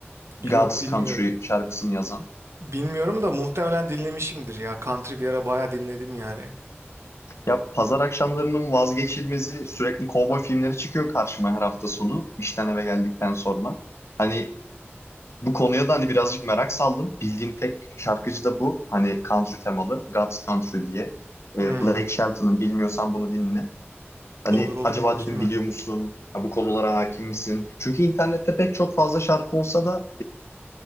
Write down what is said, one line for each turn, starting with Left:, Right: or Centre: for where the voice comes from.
Right: Yok
Left: God's
Right: bilmiyorum.
Left: Country şarkısını yazan.
Right: Bilmiyorum da muhtemelen dinlemişimdir ya. Country bir ara bayağı dinledim yani.
Left: Ya pazar akşamlarının vazgeçilmezi sürekli kovboy filmleri çıkıyor karşıma her hafta sonu işten eve geldikten sonra. Hani bu konuya da hani birazcık merak saldım. Bildiğim tek şarkıcı da bu. Hani country temalı. God's Country diye. Ee,
Right: Hmm,
Left: Blake Shelton'ın bilmiyorsan bunu dinle. Hani
Right: olur olur
Left: acaba
Right: bakayım
Left: dedim biliyor
Right: ben.
Left: musun? Ya bu konulara hakim misin? Çünkü internette pek çok fazla şarkı olsa da